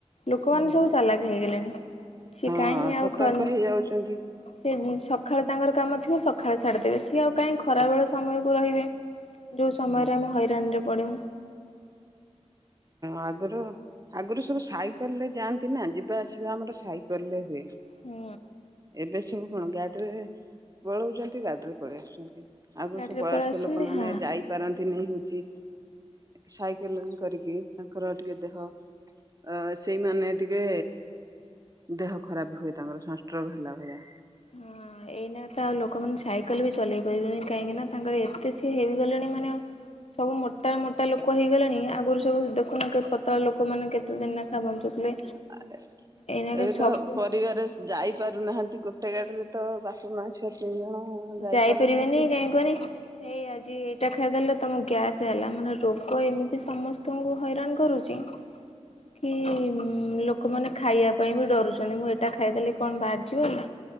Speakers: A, on the left; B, on the right.
A: ଲୋକମାନେ
B: ହଁ
A: ସବୁ ସାଲାକ୍ ହେଇଗଲେଣି। ସେ
B: ହଁ
A: କାହିଁଁ
B: ସତର୍କ
A: ଆଉ ଖ
B: ହେଇଯାଉଛନ୍ତି
A: ସେ ସକାଳେ ତାଙ୍କର କାମ ଥିବ ସକାଳେ ଛାଡିଦେବେ ସିଏ ଆଉ କାହିଁ ଖରା ବଳ ସମୟକୁ ରହିବେ। ଯଉ ସମୟରେ
B: ହଁ
A: ଆମେ ହଇରାଣ ରେ ପଢୁ
B: ଆଗରୁ ଆଗରୁ ସବୁ ସାଇକେଲରେ ଯାଆନ୍ତି ନା ଯିବା ଆସିବା ଆମର ସାଇକେଲ ରେ ହୁଏ।
A: ହୁଁ।
B: ଏବେ ସବୁ କଣ ଗାଡିରେ ପଳାଉଛନ୍ତି ଗାଡିରେ ପଳେଇ ଆସୁଛନ୍ତି। ଆଗରୁ
A: ଗାଡ଼ିରେ
B: ସବୁ ବୟସ୍କ
A: ପଳେଇ ଆସୁଛନ୍ତି
B: ଲୋକମାନୋନେ
A: ହଁ
B: ଯାଇପାରନ୍ତିନି। ହଉଛି ସାଇକେଲ କରିକି ତାଙ୍କର ଟିକେ ଦେହ ଅ ସେଇମାନେ ଟିକେ ଦେହ ଖରାପ ହୁଏ ତାଙ୍କର ସଂଷ୍ଟୋଗ ହେଲା ଭଳିଆ
A: ହଁ ଏଇନା ତ ଆଉ ଲୋକମାନୋନ ସାଇକେଲ ବି ଚଲେଇ ପାରିବେନି କାହିଁକି ନା ତାଙ୍କର ଏତେ ସି ହେଇଗଲେଣି ମାନେ ସବୁ ମୋଟା ମୋଟା ଲୋକ ହେଇଗଲେଣି ଆଗରୁ ସବୁ ଦେଖୁନ କେ ପତଳା ଲୋକ ମାନେ କେତେ ଦିନ ବଞ୍ଚୁଥିଲେ।
B: ଏବେ
A: ଏଇନାକେ ସବୁ
B: ତ ପରିବାର ଯାଇପାରୁନାହାନ୍ତି ଗୋଟେ ଗୋଟେ ଗାଟରେ ତ ବାପ ମାଆ ଛୁଆ ଜଣ ଯାଇ
A: ଯାଇପାରିବନି
B: ପାରୁନାହାନ୍ତି
A: କାହିଁ କୁହନି ଏଇ ଆଜି ଏଇଟା ଖାଇଦେଲେ ତମ ଗ୍ୟାସ୍ ହେଲା ମାନେ ରୋଗ ଏମିତି ସମସ୍ତଙ୍କୁ ହଇରାଣ କରୁଛି କି ଲୋକମାନେ ଖାଇବା ପାଇଁ ବି ଡରୁଛନ୍ତି ମୁଁ ଏଟା ଖାଇଦେଲି କଣ ବାହାରିଯିବକି।